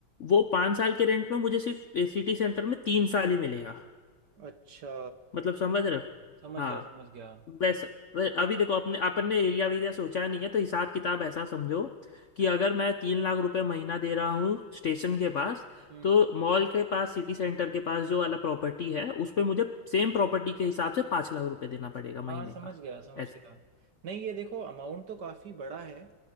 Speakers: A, on the left; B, on the right.
A: वो पाँच साल के रेंट में मुझे सिर्फ सिटी सेंटर में तीन साल ही मिलेगा
B: अच्छा
A: मतलब समझ रहे हो
B: समझ
A: हाँ
B: गया समझ गया
A: वैसा वै- अभी देखो अपने अपन ने एरिया वेरिया सोचा नहीं है तो हिसाब किताब ऐसा समझो कि अगर मैं तीन लाख रुपए महीना दे रहा हूँ स्टेशन के पास
B: हम्म
A: तो मॉल के पास सिटी सेंटर के पास जो वाला प्रॉपर्टी है उस पे मुझे सेम प्रॉपर्टी के हिसाब से पाँच लाख रुपए देना पड़ेगा महीने
B: हाँ समझ
A: का
B: गया समझ
A: ऐसे
B: गया नहीं ये देखो अमाउंट तो काफ़ी बड़ा है